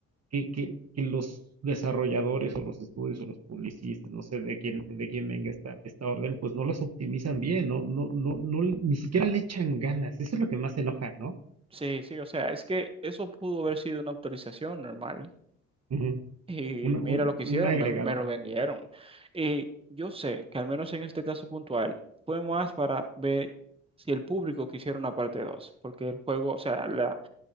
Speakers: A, on the right; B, on the right.
A: que, que- que los desarrolladores o los estudios o los publicistas, no sé de quién, de quién venga esta, esta orden, pues no los optimizan bien, no, no, no, no, ni siquiera le echan ganas. Eso es lo que más enoja, ¿no?
B: Sí, sí, o sea, es que eso pudo haber sido una autorización normal.
A: Ujú.
B: Y
A: Un, un
B: mira lo que
A: un
B: hicieron,
A: agregado.
B: me, me lo vendieron. Y yo sé que al menos en este caso puntual fue más para ver si el público quisiera una parte 2 porque el juego, o sea, la